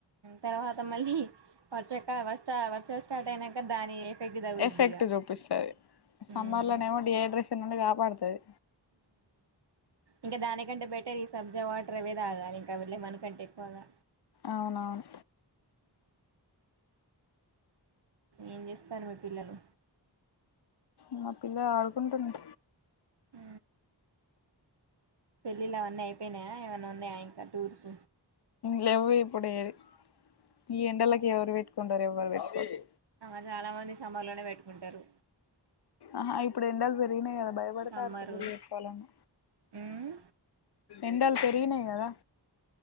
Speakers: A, on the right; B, on the left.
A: తర్వాత మళ్ళీ వర్చక్క వర్ వర్చ స్టార్ట్ అయినాక దాని ఎఫెక్ట్ తగులుద్ది
B: ఎఫెక్ట్
A: ఇగ
B: చూపిస్తుది సమ్మర్
A: మ్మ్
B: లోనేమో డీహైడ్రేషన్ నుండి కాపాడుతాది
A: ఇంకా దానికంటే బెటర్ ఈ సబ్జీ వాటర్ అవే తాగాలి ఇంకా వెళ్ళే మనకంటే ఎక్కువగా
B: అవునవును
A: ఏం చేస్తారు మీ పిల్లలు
B: మా పిల్ల ఆడుకుంటుంది
A: అ పెళ్ళిళ్లు అవన్నీ అయిపోయినాయా ఏమన్న ఉన్నాయా ఇంకా టూర్స్
B: లేవ ఇప్పుడు ఏది ఈ ఎండలకి ఎవరు పెట్టుకొంటారు ఎవరు పెట్టుకోరు
A: మరి చాలా మంది సమ్మర్ లోనే పెట్టుకుంటారు
B: ఆహా ఇప్పుడు ఎండలు పెరిగినాయి కదా భయపడతరూ
A: సమ్మరు
B: పెళ్ళిళ్ళు పెట్టుకోవాలన్న
A: ఉమ్
B: ఎండలు పెరిగి గినాయి కదా